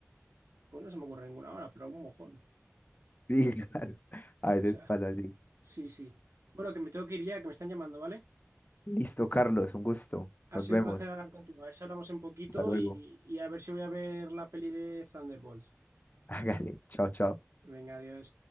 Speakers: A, on the right; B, on the left.
A: Pues no se me ocurre ninguna ahora, pero algún mojón. O
B: Sí, <laughs> claro. A veces
A: sea,
B: pasa así.
A: sí, sí. Bueno, que me tengo que ir ya, que me están llamando, ¿vale?
B: Listo, Carlos, un gusto.
A: Ha
B: Nos
A: sido
B: vemos.
A: un placer hablar contigo. A ver si hablamos en poquito
B: Hasta luego.
A: y, y a ver si voy a ver la peli de Thunderbolts.
B: <laughs> Hágale. Chao, chao.
A: Venga, adiós.